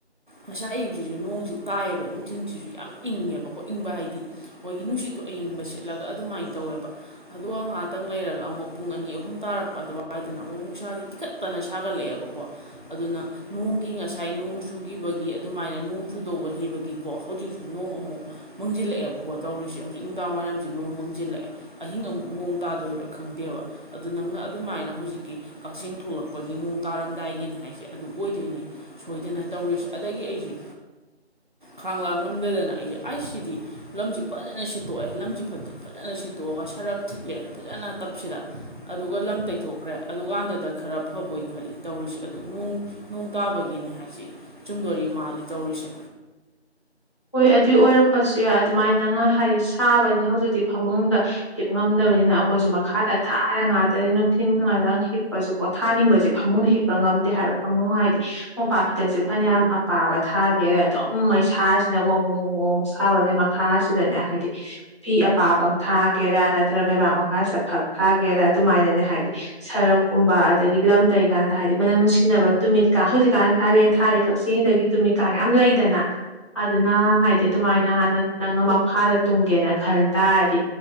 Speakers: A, on the right (about 45°); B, on the left (about 25°).
A: ꯉꯥꯁꯥꯏ ꯑꯌꯨꯛꯁꯤꯁꯨ ꯅꯣꯡꯁꯤ ꯇꯥꯏꯌꯦꯕ ꯅꯨꯡꯊꯤꯟꯜꯁꯤꯁꯨ ꯌꯥꯝ ꯏꯪꯉꯦꯕ ꯀꯣ ꯏꯪꯕ ꯍꯥꯏꯗꯤ ꯑꯩꯈꯣꯏꯒꯤ ꯅꯨꯡꯁꯤꯠꯇꯣ ꯑꯌꯤꯡꯕ ꯁꯤꯠꯂꯒ ꯑꯗꯨꯃꯥꯏꯟ ꯇꯧꯋꯦꯕ ꯑꯗꯨꯒ ꯉꯍꯥꯛꯇꯪ ꯂꯩꯔꯒ ꯑꯃꯨꯛ ꯄꯨꯡ ꯑꯅꯤ ꯑꯍꯨꯝ ꯇꯥꯔꯛꯄ ꯑꯗꯨꯋꯥꯏꯗꯅ ꯑꯃꯨꯛ ꯅꯨꯡꯁꯥꯥꯁꯦ ꯇꯤꯡꯈꯠꯇꯅ ꯁꯥꯒꯠꯂꯛꯑꯦꯕꯀꯣ ꯑꯗꯨꯅ ꯅꯣꯡꯒꯤ ꯉꯁꯥꯏ ꯅꯣꯡ ꯆꯨꯒꯤꯕꯒꯤ ꯑꯗꯨꯃꯥꯏꯅ ꯅꯣꯡ ꯆꯨꯗꯧꯕ ꯂꯩꯕꯒꯤꯀꯣ ꯍꯧꯖꯤꯛꯁꯨ ꯅꯣꯡ ꯑꯃꯨꯛ ꯃꯪꯖꯤꯜꯂꯛꯑꯦꯕꯀꯣ ꯇꯧꯔꯤꯁꯦ ꯍꯧꯖꯤꯛ ꯅꯨꯡꯗꯥꯡ ꯋꯥꯏꯔꯝ ꯅꯣꯡ ꯃꯥꯡꯖꯤꯜꯂꯛꯑꯦ ꯑꯍꯤꯡ ꯑꯃꯨꯛ ꯅꯣꯡ ꯇꯥꯗꯣꯏꯔꯥ ꯈꯪꯗꯦꯕ ꯑꯗꯨ ꯅꯪꯅ ꯑꯗꯨꯃꯥꯏꯅ ꯍꯧꯖꯤꯛꯀꯤ ꯀꯛꯆꯤꯡ ꯊꯂꯛꯄꯒꯤ ꯅꯣꯡ ꯇꯥꯔꯝꯗꯥꯏꯒꯤꯅꯤ ꯍꯥꯏꯁꯦ ꯑꯗꯨ ꯑꯣꯏꯗꯣꯏꯅꯤ ꯁꯣꯏꯗꯅ ꯇꯧꯔꯤꯁꯦ ꯑꯗꯒꯤ ꯑꯩꯁꯦ ꯈꯥꯡ ꯂꯥꯡ ꯉꯝꯗꯗꯅ ꯑꯩꯁꯦ ꯑꯁ ꯁꯤꯗꯤ ꯂꯝꯁꯦ ꯐꯖꯅ ꯁꯤꯠꯇꯣꯛꯑꯦ ꯂꯝꯁꯦ ꯐꯖꯅ ꯁꯤꯠꯇꯣꯛꯑꯒ ꯁꯔꯞ ꯊꯤꯠꯂꯦ ꯐꯖꯅ ꯇꯞꯁꯤꯗ ꯑꯗꯨꯒ ꯂꯝ ꯇꯩꯊꯣꯛꯈ꯭ꯔꯦ ꯑꯗꯨꯀꯥꯟꯗꯨꯗ ꯈꯔ ꯐꯕꯣꯏ ꯈꯜꯂꯤ ꯇꯧꯔꯤꯁꯦ ꯑꯗꯨꯣꯡ ꯅꯣꯡ ꯇꯥꯕꯒꯤꯅꯤ ꯍꯥꯏꯁꯤ ꯆꯨꯝꯗꯣꯔꯤ ꯃꯥꯜꯂꯤ ꯇꯧꯔꯤꯁꯦ
B: ꯍꯣꯏ ꯑꯗꯨꯏ ꯑꯣꯏꯔꯝꯕꯁꯨ ꯌꯥꯏ ꯑꯗꯨꯃꯥꯏꯅ ꯉ ꯍꯥꯏꯗꯤ ꯁꯥꯕꯅꯤꯅ ꯍꯧꯖꯤꯛꯇꯤ ꯐꯃꯨꯡꯗ ꯍꯤꯞ ꯉꯝꯗꯕꯅꯤꯅ ꯑꯩꯈꯣꯏꯁꯨ ꯃꯈꯥꯗ ꯊꯥꯔ ꯉꯥꯛꯇꯥꯅꯤ ꯅꯨꯡꯊꯤꯟ ꯉꯥꯛꯇ ꯍꯤꯞꯄꯁꯨ ꯄꯣꯊꯥꯅꯤꯡꯕꯁꯦ ꯐꯃꯨꯡꯗ ꯍꯤꯞꯄ ꯉꯝꯗꯦ ꯍꯥꯏꯕ ꯐꯃꯨꯡ ꯍꯥꯏꯗꯤ ꯃꯣꯝꯄꯥꯛ ꯐꯤꯗꯛꯁꯦ ꯐꯅꯌꯥꯝ ꯑꯄꯥꯕ ꯊꯥꯒꯦꯗ ꯑꯗꯨꯝ ꯃꯩꯁꯥꯁꯤ ꯅ ꯑꯃꯨꯛ ꯃꯨꯛ ꯃꯣꯔꯣꯛ ꯑꯁꯥꯕꯅꯦ ꯃꯈꯥꯁꯤꯗꯅꯦ ꯍꯥꯏꯗꯤ ꯐꯤ ꯑꯄꯥꯕ ꯑꯃ ꯊꯥꯒꯦꯔꯥ ꯅꯠꯇ꯭ꯔꯒ ꯂꯩꯕꯥꯛ ꯃꯈꯥꯁꯤꯗ ꯐꯛ ꯊꯥꯒꯦꯔꯥ ꯑꯗꯨꯃꯥꯏꯅꯅꯦ ꯍꯥꯏꯗꯤ ꯁꯔꯞꯀꯨꯝꯕ ꯑꯗꯒꯤ ꯂꯝ ꯇꯩꯀꯥꯟꯗ ꯍꯥꯏꯗꯤ ꯃꯅꯝ ꯅꯨꯡꯁꯤꯅꯕ ꯇꯨꯃꯤꯠꯀꯥ ꯍꯧꯖꯤꯛꯀꯥꯟ ꯀꯥꯂꯦꯟ ꯊꯥꯗꯤ ꯀꯛꯆꯤꯡꯗꯒꯤ ꯇꯨꯃꯤꯠꯀꯥ ꯌꯥꯝ ꯂꯩꯗꯅ ꯑꯗꯨꯅ ꯍꯥꯏꯗꯤ ꯑꯗꯨꯃꯥꯏꯅ ꯍꯥꯟꯅ ꯅꯪꯅ ꯃꯈꯥꯗ ꯇꯨꯝꯒꯦꯅ ꯈꯟ ꯇꯥꯔꯗꯤ